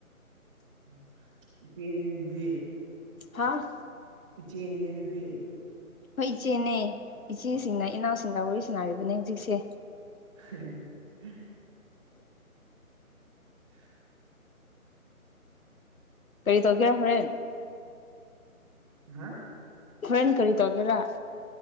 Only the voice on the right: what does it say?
<unintelligible>
ꯏꯆꯦꯅꯤꯅꯦ ꯑꯗꯨꯗꯤ
<unintelligible> <unintelligible>
ꯍꯥ